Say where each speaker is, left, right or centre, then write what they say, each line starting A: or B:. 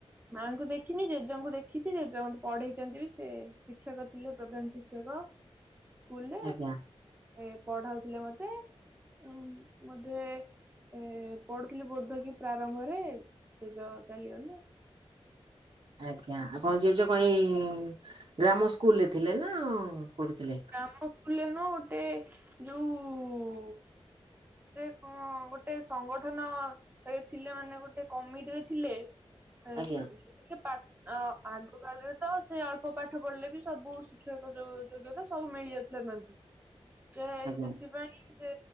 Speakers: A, on the right; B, on the right.
A: ମାଆଙ୍କୁ ଦେଖିନି ଜେଜେଙ୍କୁ ଦେଖିଛି ଜେଜେ ମତେ ପଢେଇଛନ୍ତି ବି ସେ ଶିକ୍ଷକ ଥିଲେ ପ୍ରଧାନ ଶିକ୍ଷ ଖିୟ ସ୍କୁଲରେ
B: ଆଜ୍ଞା।
A: ଏ ପଢାଉଥିଲେ ମତେ ଉ ବୋଧେ ଏ ପଢୁଥିଲି ବୋଧ କି ପ୍ରାରମ୍ଭରେ ଜେଜ ଚାଲିଗଲେ।
B: ଆଜ୍ଞା ଆପଣ ଜେଜ ଙ୍କଣ ଜେଜ କଣ ଏଇ ଗ୍ରାମ ସ୍କୁଲରେ ଥିଲେ ନା କୋଉଠି ଥିଲେ?
A: ଗ୍ରାମ ସ୍କୁଲରେ ନୁହ ଗୋଟେ ଯୋଉ ସେ କଣ ଗୋଟେ ସଂଗଠନ ସେ ଥିଲେ ମାନେ ଗୋଟେ କମିଟିରେ ଥିଲେ। ଏ
B: ଆଜ୍ଞା
A: କେତେ ପାଠ ଆଗ କାଳରେ ତ ସେ ଅଳ୍ପ ପାଠ ପଢିଲେ ବି ସବୁ ଶିକ୍ଷକ ଯୋଗ ଯୋଗ୍ୟତା ସବୁ ମିଳି ଯାଉଥିଲା ତାଙ୍କୁ ସେ
B: ଆଜ୍ଞା
A: ସେଥିପାଇଁ ସେ